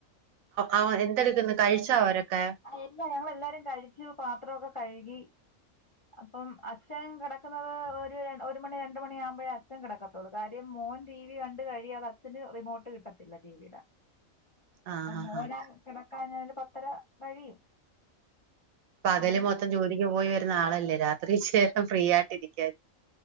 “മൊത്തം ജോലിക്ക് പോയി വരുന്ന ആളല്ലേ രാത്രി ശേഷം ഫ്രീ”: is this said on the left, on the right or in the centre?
Right